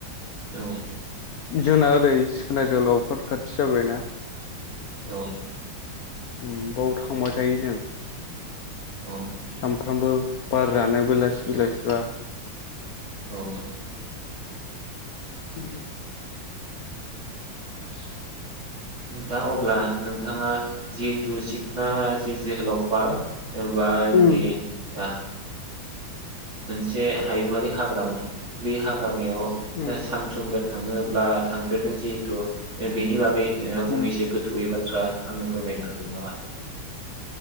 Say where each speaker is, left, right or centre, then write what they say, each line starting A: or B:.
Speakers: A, on the right; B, on the left.
A: औ
B: जोंना ओरै सिखोना जोहोलाव पार्क खाथि जाबायना।
A: औ
B: उम बाव थांबाय थायो जों।
A: औ
B: सामफ्रामबो बार जानो बेलासि बेलासिबा।
A: औ
B: <inaudible> <inaudible>
A: दा अब्ला नोंथाङा जिहेतु सिखना जि जोहोलाव पार्क एबा
B: उम
A: जि <unintelligible> ओ मोनसे हायुंङारि हाग्रामा बे हाग्रा मायाव ओ
B: उम
A: सानफ्रोमबो थाङो अब्ला थांफेरदों जिहेथु ओ बेनि बागै ओ फंनैसो
B: उम
A: गोथौयै बा थ्रा आंनो फोरमायनो हागोन नामा?